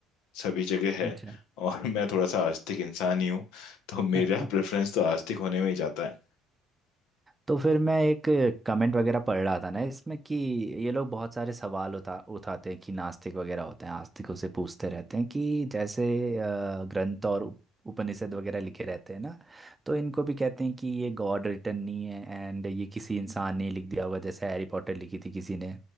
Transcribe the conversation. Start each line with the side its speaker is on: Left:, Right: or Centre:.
Left: सभी जगह है
Right: अच्छा
Left: और <laughs> मैं थोड़ा सा आस्तिक इंसान ही हूँ तो मेरा
Right: <laughs>
Left: प्रेफरेंस तो आस्तिक होने में ही जाता है
Right: तो फिर मैं एक कमेंट वगैरह पढ़ रहा था ना इसमें कि ये लोग बहुत सारे सवाल उठा उठाते हैं कि नास्तिक वगैरह होते हैं आस्तिकों से पूछते रहते हैं कि जैसे अ, ग्रंथ और उप- उपनिषद वगैरह लिखे रहते हैं ना तो इनको भी कहते हैं कि ये गॉड रिटन नहीं है एंड ये किसी इंसान ने लिख दिया होगा जैसे हैरी पॉटर लिखी थी किसी ने